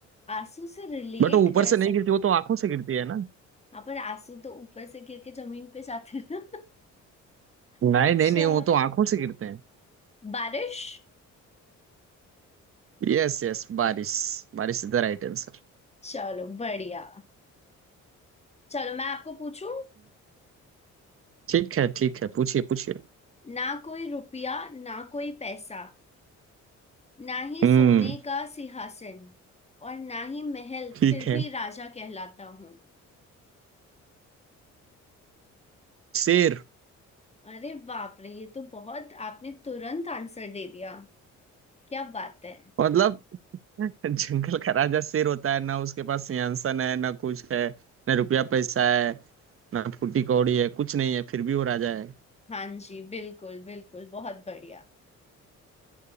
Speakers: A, on the left (about 20°); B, on the right (about 45°).
A: आंसू से रिलेट
B: बट वो ऊपर
A: कर
B: से नहीं
A: सकते
B: गिरती वो
A: हैं
B: तो आंखों से गिरती है ना
A: हाँ पर आंसू तो ऊपर से गिर के जमीन पे जाते हैं
B: नहीं
A: अच्छा
B: नहीं नहीं वो तो आंखों से गिरते हैं
A: बारिश
B: यस यस बारिश बारिश इज द राइट आंसर
A: चलो बढ़िया चलो मैं आपको पूछूं
B: ठीक है ठीक है पूछिए पूछिए
A: ना कोई रुपया ना कोई पैसा ना ही
B: हम्म
A: सोने का सिंहासन और ना ही महल
B: ठीक
A: फिर
B: है
A: भी राजा कहलाता हूँ
B: शेर
A: अरे बाप रे ये तो बहुत आपने तुरंत आंसर दे दिया क्या बात है
B: मतलब <laughs> जंगल का राजा शेर होता है ना उसके पास सिंहासन है ना कुछ है ना रुपया पैसा है ना फूटी कौड़ी है कुछ नहीं है फिर भी वो राजा है
A: हाँ जी बिल्कुल बिल्कुल बहुत बढ़िया